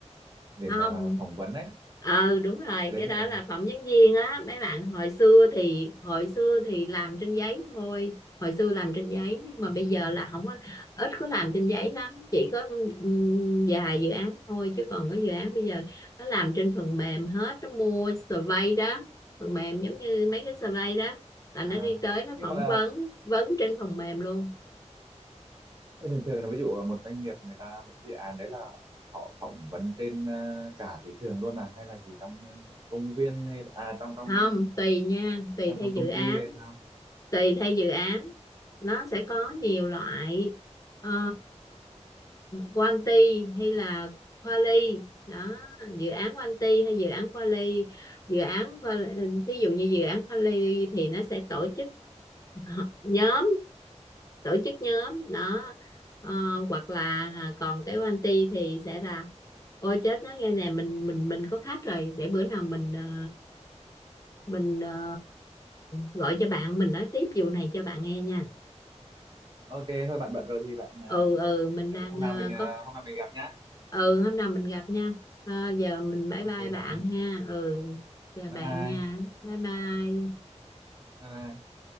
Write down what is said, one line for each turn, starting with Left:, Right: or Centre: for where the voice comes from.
Right: để
Left: không
Right: mà phỏng vấn ấy
Left: ờ đúng rồi
Right: cái đấy
Left: cái
Right: là
Left: đó là phỏng vấn viên á mấy bạn hồi xưa thì hồi xưa thì làm trên giấy thôi hồi xưa làm trên giấy nhưng mà bây giờ là không có ít có làm trên giấy lắm chỉ có ừm, vài dự án thôi chứ còn có dự án bây giờ nó làm trên phần mềm hết nó mua survey đó phần mềm giống như mấy cái survey đó là
Right: à
Left: nó đi tới nó
Right: nhưng
Left: phỏng
Right: mà
Left: vấn vấn trên phần mềm luôn
Right: thế thường thường là ví dụ một doanh nghiệp người ta một cái dự án đấy là họ phỏng vấn trên ờ, cả thị trường luôn à hay là chỉ trong ờ, công viên hay là à trong trong
Left: không
Right: ờ,
Left: tùy nha tùy
Right: trong
Left: theo
Right: trong
Left: dự
Right: công
Left: án
Right: ty hay sao
Left: tùy theo dự án nó sẽ có nhiều loại ờ, quanti hay là quali đó dự án quanti hay dự án quali dự án quali, ví dụ như dự án quali thì nó sẽ tổ chức họ- nhóm tổ chức nhóm đó Ờ, hoặc là à, còn cái quanti thì sẽ là ôi chết nói nghe nè mình mình mình có khách rồi để bữa nào mình ờ, mình ờ, gọi cho bạn mình nói tiếp vụ này cho bạn nghe nha
Right: ok thôi bạn bận rồi thì bạn
Left: ừ ừ mình
Right: ờ,
Left: đang
Right: hôm
Left: ờ,
Right: nào mình ờ,
Left: có
Right: hôm nào mình gặp nhá
Left: ừ hôm nào mình gặp nha Ờ, giờ mình bye
Right: ok
Left: bye bạn
Right: bạn ơi
Left: ha ừ chào
Right: bye
Left: bạn
Right: bye
Left: nha bye bye
Right: bye bye